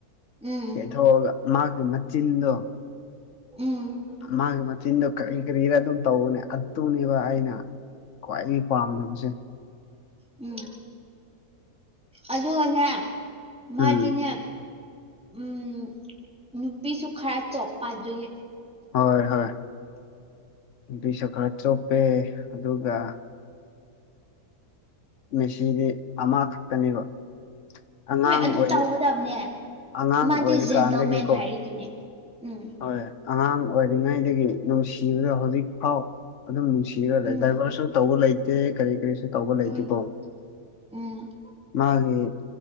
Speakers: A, in the centre; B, on the left.
A: ꯎꯝ
B: ꯇꯦꯟꯊꯣꯛꯑꯒ ꯃꯥꯒꯤ ꯃꯆꯤꯟꯗꯨꯣ
A: ꯎꯝ
B: ꯃꯥꯒꯤ ꯃꯆꯤꯟꯗꯨꯣ ꯀ ꯀꯔꯤ ꯏꯔ ꯑꯗꯨ ꯇꯧꯅꯦ ꯑꯗꯨꯅꯦꯕ ꯑꯩꯅ ꯈ꯭ꯋꯥꯏꯗꯒꯤ ꯄꯥꯝꯅꯕꯁꯦ
A: ꯎꯝ ꯑꯗꯨꯒꯅꯦ ꯃꯥꯗꯤꯅꯦ
B: ꯎꯝ
A: ꯎꯝ ꯅꯨꯄꯤꯁꯨ ꯈꯔ ꯆꯣꯞꯄꯥꯗꯨꯒꯤ
B: ꯍꯣꯏ ꯍꯣꯏ ꯑꯗꯨꯏꯁꯨ ꯈꯔ ꯆꯣꯞꯄꯦ ꯑꯗꯨꯒ ꯃꯦꯁꯤꯗꯤ ꯑꯃꯈꯛꯇꯅꯦꯕ ꯑꯉꯥꯡ
A: ꯍꯣꯏ ꯑꯗꯨ
B: ꯑꯣꯏꯔꯤ
A: ꯇꯧꯒꯗꯕꯅꯦ
B: ꯑꯉꯥꯡ
A: ꯃꯥꯗꯤ
B: ꯑꯣꯏꯔꯤꯀꯥꯟꯗꯒꯤꯀꯣ
A: ꯖꯦꯟꯇꯜꯃꯦꯟ ꯍꯥꯏꯔꯤꯗꯨꯅꯤ ꯎꯝ
B: ꯍꯣꯏ ꯑꯉꯥꯡ ꯑꯣꯏꯔꯤꯉꯩꯗꯒꯤ ꯅꯨꯡꯁꯤꯕꯗ ꯍꯧꯖꯤꯛ ꯐꯥꯎ ꯑꯗꯨꯝ ꯅꯨꯡꯁꯤꯔ ꯂꯩ
A: ꯎꯝ
B: ꯗꯥꯏꯚꯔꯁꯨ ꯇꯧꯕ ꯂꯩꯇꯦ ꯀꯔꯤ ꯀꯔꯤꯁꯨ ꯇꯧꯕ ꯂꯩꯇꯦꯀꯣ
A: ꯎꯝ ꯎꯝ
B: ꯃꯥꯒꯤ